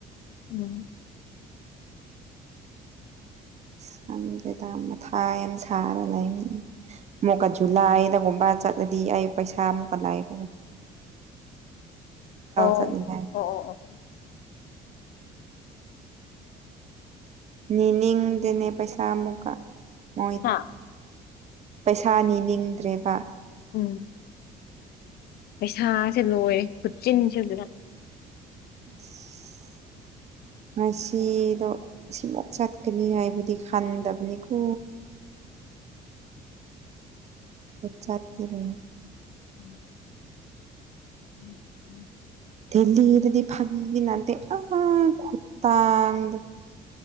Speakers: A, on the left (about 70°); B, on the right (about 40°).
A: ꯎꯝ
B: ꯢꯁ ꯈꯪꯗ꯭ꯔꯦꯗ ꯃꯊꯥ ꯌꯥꯝ ꯁꯥꯔ ꯂꯩ ꯑꯃꯨꯛꯀ ꯖꯨꯂꯥꯏꯗꯒꯨꯝꯕ ꯆꯠꯂꯗꯤ ꯑꯩ ꯄꯩꯁꯥ ꯑꯃꯨꯛꯀ ꯂꯥꯏꯔꯣꯢ
A: ꯑꯣ
B: ꯆꯠꯅꯤꯡꯉꯥꯏ
A: ꯑꯣ ꯑꯣ
B: ꯅꯤꯅꯤꯡꯗꯦꯅꯦ ꯄꯩꯁꯥ ꯑꯃꯨꯛꯀ ꯃꯣꯏꯗ
A: ꯍꯥ
B: ꯄꯩꯁꯥ ꯅꯤ ꯅꯤꯡꯗ꯭ꯔꯦꯕ
A: ꯎꯝ ꯄꯩꯁꯥꯁꯦ ꯂꯣꯏ ꯈꯨꯆꯤꯟꯁꯦ ꯑꯗꯨꯅ
B: ꯑꯁ ꯉꯁꯤꯗꯣ ꯁꯤꯃꯨꯛ ꯆꯠꯀꯅꯤ ꯍꯥꯏꯕꯨꯗꯤ ꯈꯟꯗꯕꯅꯤꯀꯣ
A: <inaudible>
B: <unintelligible>
A: <inaudible> <inaudible>
B: ꯗꯦꯜꯂꯤꯗꯗꯤ ꯐꯥꯒꯤ ꯅꯠꯇꯦ ꯈꯨꯠꯇꯥꯡꯗꯣ